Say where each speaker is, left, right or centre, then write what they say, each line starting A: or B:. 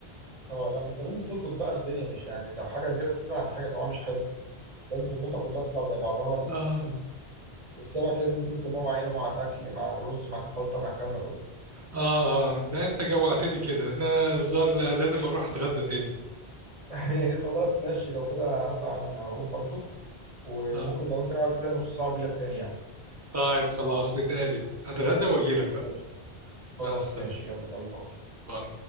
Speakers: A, on the right (about 35°); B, on the right (about 20°).
A: اه لا ما انت لازم تظبط بقى الدنيا مش يعني لو حاجه زياده عن حاجه طبعا مش حلو لازم تظبطها كلها تطلع زي بعضها
B: يعني <laughs>
A: السمك لازم يكون بكمية معينة مع الأكل مع الرز مع الخلطة مع الكلام ده كله
B: آه آه لا أنت جوعتني كده أنا الظاهر لا لازم أروح أتغدى تاني
A: <laughs> خلاص ماشي لو كده أنا أصلا هقوم برضو وممكن
B: آه
A: لو أنت قاعد كده نص ساعة وأجيلك تاني يعني
B: طيب خلاص نتقابل أتغدى وأجيلك بقى
A: ماشي
B: مع
A: خلاص
B: السلامة
A: ماشي يلا باي باي
B: باي.